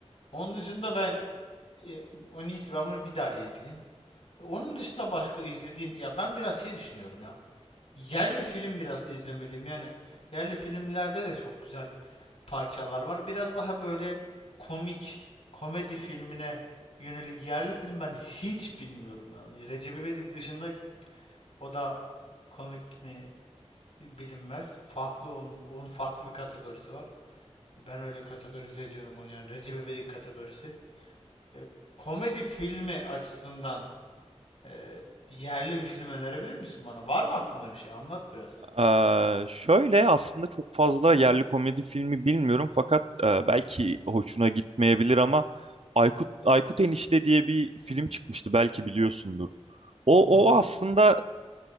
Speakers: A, on the left (about 70°); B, on the right (about 65°).
A: Onun dışında ben e, en iyisi ben bunu bir daha izleyeyim. E, Onun dışında başka izlediğin ya ben biraz şey düşünüyorum ya. Yerli film biraz izlemeliyim. Yani yerli filmlerde de çok güzel parçalar var. Biraz daha böyle komik, komedi filmine yönelik yerli film ben hiç bilmiyorum. Yani Recep İvedik dışında o da komik mi bilinmez. Farklı onun, onun farklı bir kategorisi var. Ben öyle kategorize ediyorum onu yani. Recep İvedik kategorisi. E, komedi filmi açısından e, yerli bir film önerebilir misin bana? Var mı aklında bir şey? Anlat biraz.
B: Ee, şöyle aslında çok fazla yerli komedi filmi bilmiyorum fakat e, belki hoşuna gitmeyebilir ama Aykut Aykut Enişte diye bir film çıkmıştı belki biliyorsundur. O
A: Hı hı.
B: o aslında